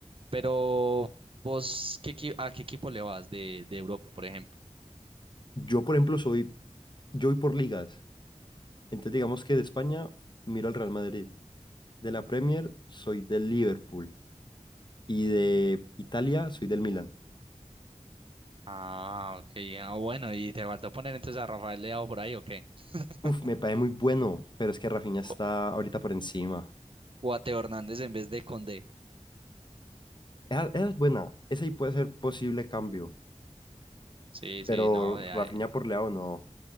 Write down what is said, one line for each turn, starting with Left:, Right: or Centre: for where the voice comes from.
Right: Pero vos, qué, equi- ¿a qué equipo le vas de, de Europa, por ejemplo?
Left: Yo, por ejemplo, soy, yo voy por ligas. Entonces digamos que de España miro al Real Madrid, de la Premier soy del Liverpool y de Italia soy del Milan.
Right: Ah, ok, ah, bueno, ¿y te faltó poner entonces a Rafael Leao por ahí o qué? <laughs>
Left: Uf, me parece muy bueno, pero es que Rafinha
Right: O,
Left: está ahorita por encima.
Right: o a Teo Hernández en vez de Condé.
Left: Esa, esa es buena, esa ahí puede ser posible cambio,
Right: Sí,
Left: pero
Right: sí, no, de
Left: Rafinha
Right: ahí-
Left: por Leao no,